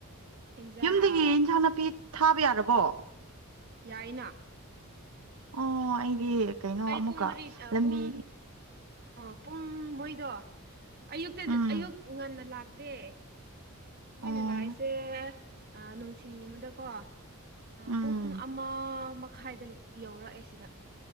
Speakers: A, on the right; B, on the right.
A: ꯍꯦꯟꯖꯥꯡ
B: ꯌꯨꯝꯗꯒꯤ
A: ꯑ
B: ꯏꯟꯁꯥꯡ ꯅꯥꯄꯤ ꯊꯥꯕ ꯌꯥꯔꯕꯣ
A: ꯌꯥꯏꯅ
B: ꯑꯣ ꯑꯩꯗꯤ ꯀꯩꯅꯣ
A: ꯑꯩ
B: ꯑꯃꯨꯛꯀ
A: ꯄꯨꯡ ꯃꯔꯤ ꯑ
B: ꯂꯝꯕꯤ
A: ꯄꯨꯡ ꯑꯣ ꯄꯨꯡ ꯃꯣꯏꯗꯣ ꯑꯌꯨꯛꯇ
B: ꯎꯝ
A: ꯑꯌꯨꯛ ꯉꯟꯅ ꯂꯥꯛꯗꯦ ꯃꯣꯏꯅ
B: ꯑꯣ
A: ꯂꯥꯛꯏꯁꯦ ꯅꯨꯡꯊꯤꯟꯒꯨꯝꯕꯗꯀꯣ
B: ꯎꯝ
A: ꯄꯨꯡ ꯑꯃ ꯃꯈꯥꯏꯗ ꯌꯧꯔꯛꯑꯦ ꯁꯤꯗ